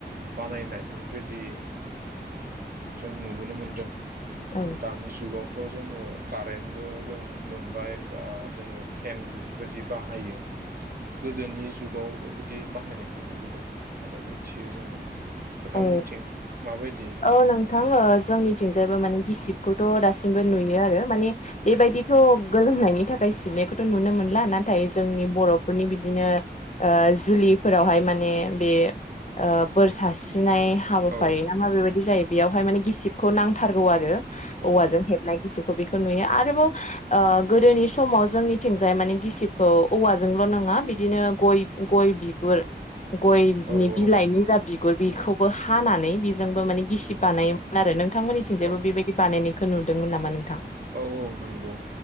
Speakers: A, on the right; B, on the left.
A: बानायनाय बेफोरबायदि जों नुबोनो मोनदों।
B: औ
A: दानि जुगावथ' थ' जोङो कारेन्टबो जों मोनबाय बा जोङो फेन बेफोरबायदि बाहायो गोदोनि जुगाव बेबायदि बाहायनायखौ नुबोदों आरो मिथियो जोङो। नोंथांमोनथिं
B: औ
A: माबायदि
B: औ नोंथां जोंनिथिंजायबो माने गिसि खौथ' दासिमबो नुयो आरो। माने बेबायदिथ' गोलोमनायनि थाखाय सिबनायखौथ' नुनो मोनला ना नाथाय जोंनि बर'फोरनि बि बिदिनो जुलिफोरावहाय माने बे ओ बोरसा नाय हाबाफारि
A: औ
B: नामा बेबायदि जायो। बेवहाय माने गिसिबखौ नांथारगौ आरो।
A: औ
B: औवाजों हेबनाय गिसि बेखौ नुयो आरोबाव गोदोनि समाव जोंनिथिंजाय माने गिसिबखौ औवाजोंल' नङा बिदिनो गय गय बिगुर गयनि
A: औ
B: बिलाइनि जा बिगुर बेखौबो हानानै बेजोंबो माने गिसिब बानायोमोन आरो नों नोंथांमोननिथिंजायबो
A: औ
B: बेबायदि बानायनायनि खौ नुदोंमोन नामा नोंथां?
A: औ औ नंगौ